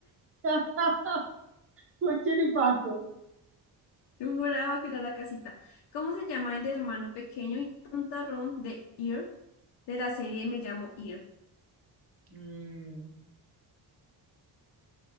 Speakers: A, on the right; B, on the left.
A: <laughs> Fue chiripazo.
B: Yo juraba que era la casita. ¿Cómo se llama el hermano pequeño y tontarrón de Ear? De la serie Me llamo Ear.
A: Mm,